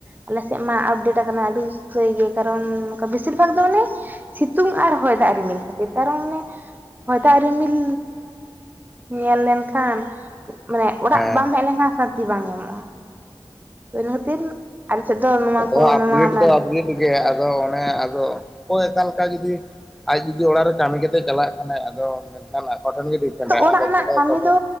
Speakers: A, on the right; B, in the centre.
A: ᱟᱞᱮ ᱥᱮᱫ ᱢᱟ ᱟᱯᱰᱮᱴ ᱟᱠᱟᱱᱟ ᱟᱹᱰᱤ ᱩᱥᱛᱟᱹᱭ ᱜᱮ ᱠᱟᱨᱚᱱ ᱱᱚᱝᱠᱟ ᱵᱮᱥᱤᱨ ᱵᱷᱟᱜᱽ ᱫᱚ ᱚᱱᱮ ᱥᱤᱛᱩᱝ ᱟᱨ ᱦᱚᱭ ᱫᱟᱜ ᱨᱤᱢᱤᱞ ᱠᱷᱟᱹᱛᱤᱨ ᱠᱟᱨᱚᱱ ᱢᱟᱱᱮ ᱦᱚᱭ ᱫᱟᱜ ᱨᱤᱢᱤᱞ ᱧᱮᱞ ᱞᱮᱱ ᱠᱷᱟᱱ ᱢᱟᱱᱮ ᱚᱲᱟᱜ
B: ᱦᱮᱸ
A: ᱵᱟᱢ ᱦᱮᱡ ᱞᱮᱱᱠᱷᱟᱱ ᱥᱟᱱᱛᱤ ᱵᱟᱝ ᱧᱟᱢᱚᱜᱼᱟ। ᱤᱱᱟᱹ ᱠᱷᱟᱹᱛᱤᱨ ᱟᱞᱮ ᱥᱮᱫ ᱫᱚ ᱱᱚᱣᱟ
B: ᱟᱫᱚ
A: ᱠᱚ
B: ᱟᱯᱰᱮᱴ
A: ᱱᱚᱣᱟ ᱢᱮᱱ
B: ᱫᱚ ᱟᱯᱰᱮᱴ ᱜᱮ ᱟᱫᱚ ᱚᱱᱮ ᱟᱫᱚ ᱚᱠᱚᱭ ᱚᱠᱟ ᱞᱮᱠᱟ ᱡᱩᱫᱤ ᱟᱡ ᱡᱩᱫᱤ ᱚᱲᱟᱜ ᱨᱮ ᱠᱟᱹᱢᱤ ᱠᱟᱛᱮᱫ ᱪᱟᱞᱟᱜ ᱠᱟᱱᱟᱭ ᱟᱫᱚ ᱢᱮᱱᱠᱷᱟᱱ ᱟᱠᱚ ᱴᱷᱮᱱ ᱜᱮ ᱰᱤᱯᱮᱱᱰᱟᱭ
A: ᱚᱲᱟᱜ
B: ᱟᱫᱚ
A: ᱨᱮᱱᱟᱜ
B: ᱪᱮᱫᱟᱜ
A: ᱠᱟᱹᱢᱤ
B: ᱛᱚᱵᱮ
A: ᱫᱚ